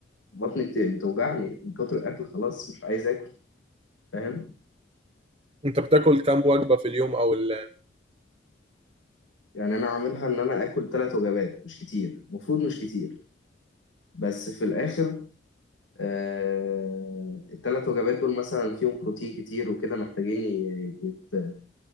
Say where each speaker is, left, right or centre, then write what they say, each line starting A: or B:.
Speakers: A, on the left (about 85°); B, on the right (about 30°).
A: بطني بت- بتوجعني من كتر الاكل خلاص مش عايز اكل فاهم
B: انت بتاكل كام وجبه في اليوم او ال...
A: يعني انا عاملها ان انا اكل ثلاث وجبات مش كتير المفروض مش كتير بس في الاخر آه، التلات وجبات دول مثلا فيهم بروتين كتير وكده محتاجين ي- يت-